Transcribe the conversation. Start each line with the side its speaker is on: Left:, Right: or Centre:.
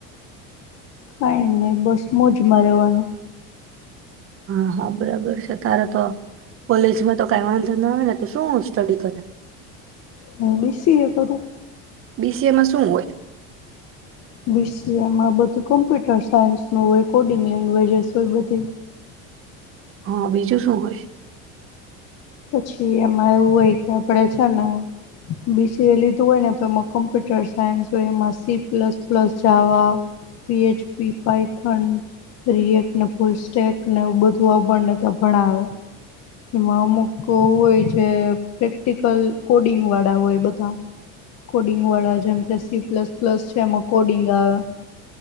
Left: કઈ નહી બસ મોજમાં રેવાનુ.
Right: હા હા બરાબર છે તારે તો કોલેજમાં તો કઈ વાંધો ના આવે ને તો શું સ્ટડી કરે.
Left: હું બી સી અ કરું.
Right: બી સી એ માં શું હોય.
Left: બી સી એ માં બધું કોમ્પ્યુટર સાયન્સનુ હોય કોડિંગ લેંગ્વેજસ હોય બધી.
Right: હા બીજું શું હોય.
Left: પછી એમાં એવું હોય કે આપણેે છે ને બીસીએ લીધું હોય ને તો એમાં કોમ્પ્યુટર સાયન્સ હોય એમાં C plus plus Java, Python રએકને ફૂલ સેકને બધુંને ત્યાં ભણાવે એમાં અમુક કો હોય છે. પ્રેક્ટિકલ કોડિંગ વાળા હોય બધા કોડિંગ વાળા જેમ કે સી પ્લસ પ્લસ છે એમાં કોડિંગ આવે